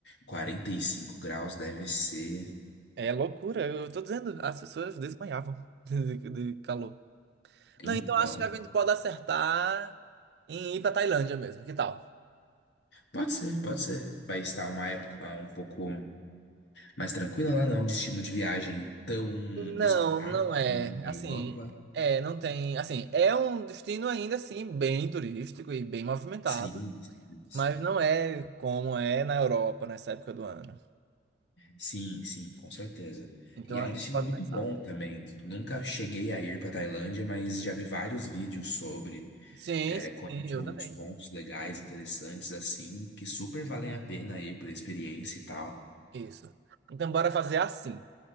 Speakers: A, on the left; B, on the right.
A: quarenta e cinco graus deve ser.
B: É loucura, eu tô dizendo, as pessoas desmaiavam <laughs> de, de calor. Não,
A: Então,
B: então acho que a gente pode acertar em ir pra Tailândia mesmo, que tal?
A: pode ser, pode ser. Vai estar uma época um pouco mais tranquila lá, não. Destino de viagem tão
B: Não,
A: disputado
B: não é.
A: quanto a
B: Assim,
A: Europa.
B: é, não tem. Assim, é um destino ainda assim bem turístico e bem movimentado,
A: Sim, sim, sim.
B: mas não é como é na Europa nessa época do ano.
A: Sim, sim, com certeza.
B: Então
A: E é
B: a
A: um
B: gente
A: destino
B: pode
A: muito
B: pensar.
A: bom também. Nunca cheguei a ir para Tailândia, mas já vi vários vídeos sobre.
B: Sim,
A: É,
B: sim,
A: conheço
B: eu
A: alguns
B: também.
A: pontos legais, interessantes, assim, que super valem a pena ir pela experiência e tal.
B: Isso. Então bora fazer assim.